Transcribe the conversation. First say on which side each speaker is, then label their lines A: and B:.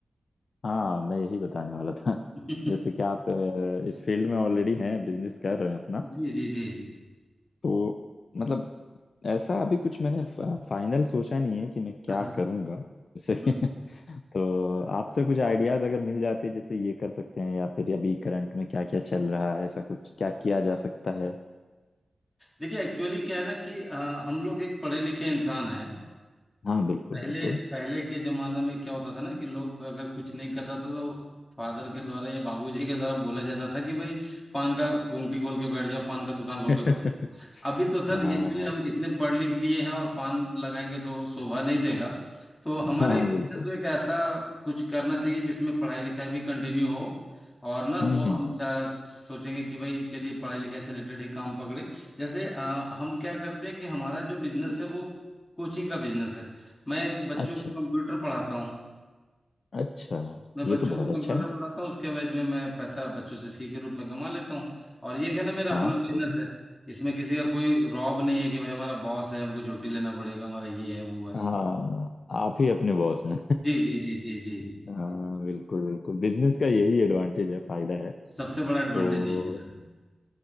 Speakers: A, on the left; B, on the left.
A: हाँ मैं यही बताने वाला था
B: <laughs>
A: जैसे कि आप अ, इस फील्ड में ऑलरेडी हैं बिजनेस कर रहे हैं अपना
B: जी जी जी
A: तो मतलब ऐसा अभी कुछ मैंने फाइनल सोचा नहीं है कि मैं क्या
B: हाँ हाँ
A: करूँगा जैसे
B: हम्म।
A: <laughs> तो आपसे कुछ आइडियाज अगर मिल जाते जैसे ये कर सकते हैं या फिर अभी करंट में क्या क्या चल रहा है ऐसा कुछ क्या किया जा सकता है
B: देखिए एक्चुअली क्या है ना कि अ, हम लोग एक पढ़े लिखे इंसान है
A: हाँ बिल्कुल
B: पहले
A: बिल्कुल
B: पहले के जमाना में क्या होता था ना कि लोग अगर कुछ नहीं करता था तो फादर के द्वारा या बाबूजी के द्वारा बोला जाता था कि भाई पान का गुंगटी खोल के बैठ जाओ पान का दुकान खोल
A: <laughs>
B: के अभी तो सर
A: हाँ
B: ये एक्चुअली
A: हाँ
B: हम इतने पढ़ लिख लिए हैं और पान लगाएंगे तो शोभा नहीं देगा तो हमारे
A: हाँ
B: हिसाब
A: बिल्कुल
B: से तो एक ऐसा कुछ करना चाहिए जिसमें पढ़ाई लिखाई भी कंटिन्यू हो और ना वो
A: हम्म
B: हम
A: हम्म, हम्म।
B: चा- सोचेंगे कि भाई चलिए पढ़ाई लिखाई से रिलेटेड ही काम पकड़े जैसे अ, हम क्या करते हैं कि हमारा जो बिजनेस है वो कोचिंग का बिजनेस है मैं बच्चों
A: अच्छा
B: को कंप्यूटर पढ़ाता हूँ
A: अच्छा
B: मैं
A: ये
B: बच्चों
A: तो बहुत
B: को कंप्यूटर
A: अच्छा है
B: पढ़ाता हूँ उसके एवज में मैं पैसा बच्चों से फी के रूप में कमा लेता हूँ और ये क्या ना मेरा
A: हाँ
B: अपना बिजनेस
A: सही है।
B: है इसमें किसी का कोई रॉब नहीं है कि भाई हमारा बॉस है हमको छुट्टी लेना पड़ेगा हमारा ये है वो है
A: हाँ आप ही अपने बॉस हैं
B: जी जी जी जी जी
A: <laughs> हाँ बिल्कुल बिल्कुल बिजनेस का यही एडवांटेज है फायदा है
B: सबसे बड़ा एडवांटेज
A: तो
B: यही है सर